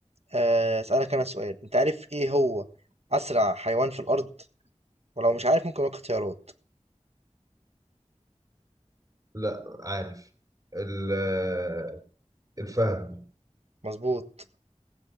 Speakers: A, on the right; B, on the right.
A: آه أسألك أنا سؤال أنت عارف إيه هو أسرع حيوان في الأرض ولو مش عارف ممكن أقول اختيارات
B: لا عارف ال- آه، الفهد
A: مظبوط